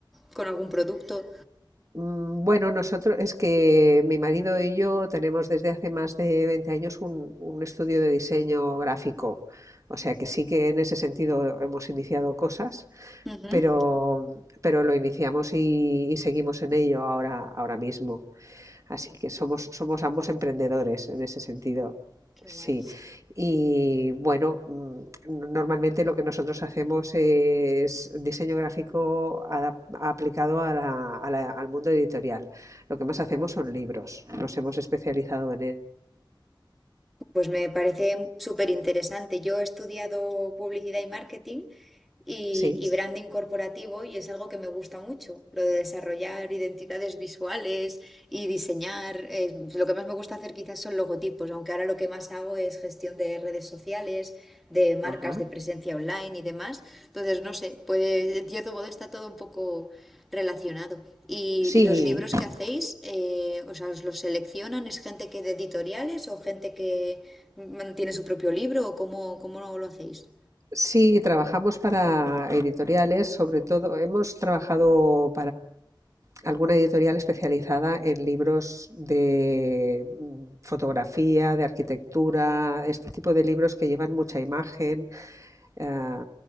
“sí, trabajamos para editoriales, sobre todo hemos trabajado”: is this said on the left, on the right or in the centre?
Right